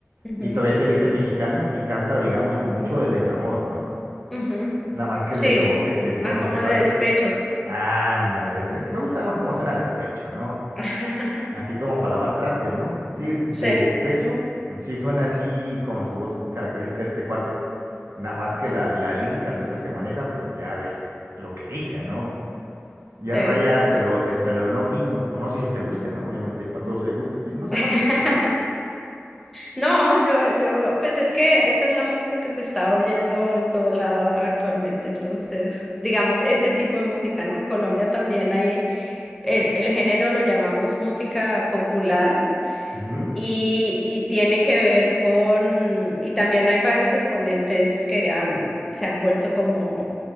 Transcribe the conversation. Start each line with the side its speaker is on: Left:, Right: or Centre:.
Centre: Ujú,
Right: Y todavía se viste mexicano y canta, digamos, con mucho de desamor, ¿no?
Centre: ujú.
Right: Nada más que
Centre: Sí,
Right: el desamor que te entona
Centre: más como
Right: este gato.
Centre: de despecho.
Right: Ándale, es- es- me gusta más como suena despecho, ¿no?
Centre: <laughs>
Right: Aquí como para lavar trastes, ¿no? Sí, de
Centre: Sí,
Right: despecho, sí suena así con su voz característica de este cuate. Nada más que la, la lírica, las letras que maneja, pues ya ves lo que dice, ¿no? Ya
Centre: sí.
Right: raya entre lo, entre lo no fino. O no sé si te guste, ¿no? Obviamente para todos hay gusto. Y no se
Centre: <laughs>
Right: me hace caso.
Centre: No, yo, yo, pues es que esa es la música que se está oyendo en todo lado actualmente. Entonces, digamos, ese tipo de música, ¿no? En Colombia también hay, el, el género lo llamamos música popular
Right: Ujú,
Centre: y, y tiene que ver con, y también hay varios exponentes que han- se han vuelto como,